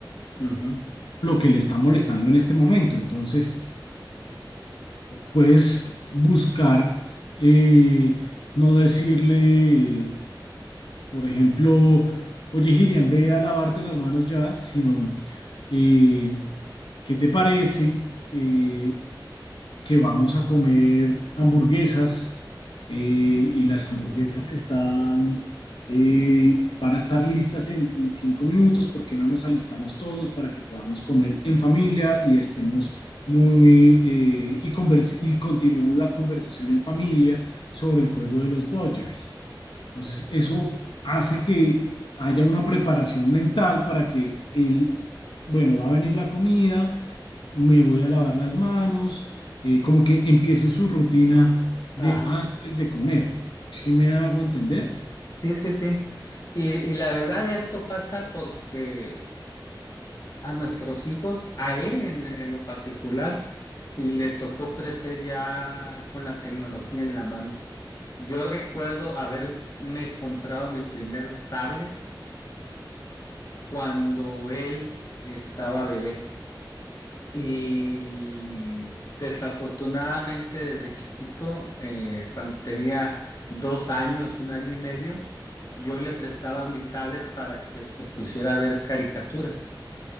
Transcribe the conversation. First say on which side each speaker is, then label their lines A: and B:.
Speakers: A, on the left; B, on the left.
A: Ujú.
B: lo que le está molestando en este momento. Entonces, puedes buscar, eh, no decirle, por ejemplo, oye, Girian, ve a lavarte las manos ya, sino, eh, ¿qué te parece? Eh, que vamos a comer hamburguesas eh, y las hamburguesas están, eh, van a estar listas en, en cinco minutos porque no nos alistamos todos para que podamos comer en familia y estemos muy eh, y, converse- y continuemos la conversación en familia sobre el juego de los Dodgers. Entonces, eso hace que haya una preparación mental para que el, bueno, va a venir la comida, me voy a lavar las manos, eh, como que empiece su rutina de
A: Ajá.
B: antes de comer. ¿sí me hago entender?
A: Sí, sí, sí. Y, y la verdad, esto pasa porque a nuestros hijos, a él en, en lo particular, le tocó crecer ya con la tecnología en la mano. Yo recuerdo haberme comprado mi primer tablet cuando él estaba bebé. Y desafortunadamente desde chiquito, eh, cuando tenía dos años, un año y medio, yo le prestaba mi tablet para que se pusiera a ver caricaturas